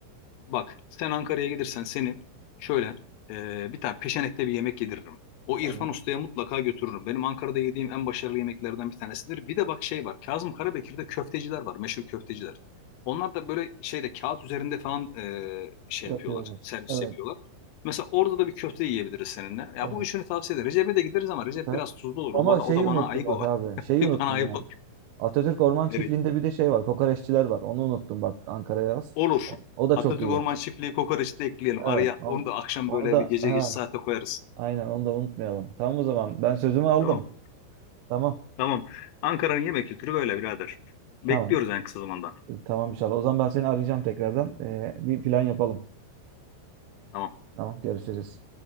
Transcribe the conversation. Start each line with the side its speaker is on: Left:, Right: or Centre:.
Left: Bak sen Ankara'ya gelirsen seni şöyle e, bir tane peşenekte bir yemek yediririm. O
Right: Tamam.
Left: İrfan Usta'ya mutlaka götürürüm. Benim Ankara'da yediğim en başarılı yemeklerden bir tanesidir. Bir de bak şey var. Kazım Karabekir'de köfteciler var. Meşhur köfteciler. Onlar da böyle şeyde kağıt üzerinde falan e, şey
Right: Yapıyorlar.
Left: yapıyorlar. Servis
Right: Evet.
Left: yapıyorlar. Mesela orada da bir köfte yiyebiliriz seninle. Ya
Right: Evet.
Left: bu üçünü tavsiye ederim. Recep'e de gideriz ama Recep
Right: Süper.
Left: biraz tuzlu olur.
Right: Ama
Left: O, bana-
Right: şeyi
Left: o da bana
Right: unuttum
Left: ayıp
Right: bak
Left: o.
Right: abi.
Left: <laughs>
Right: Şeyi unuttum
Left: Bana ayıp
Right: Atatürk Orman
Left: olur.
Right: Çiftliği'nde bir de şey var. Kokoreççiler var. Onu unuttum bak Ankara'ya yaz.
Left: Olur.
Right: O, o da
Left: Atatürk
Right: çok iyi.
Left: Orman Çiftliği kokoreçi de ekleyelim.
Right: Evet.
Left: Araya
Right: On,
Left: onu da akşam
Right: onu
Left: böyle
Right: da
Left: bir gece
Right: ha,
Left: geç saate koyarız.
Right: aynen onu da unutmayalım. Tamam o zaman. Ben sözümü aldım.
Left: Tamam.
Right: Tamam.
Left: Tamam. Ankara'nın yemek kültürü böyle birader. Bekliyoruz
Right: Tamam.
Left: en kısa zamanda.
Right: Tamam inşallah. O zaman ben seni arayacağım tekrardan. Ee, bir plan yapalım.
Left: Tamam.
Right: Tamam görüşürüz.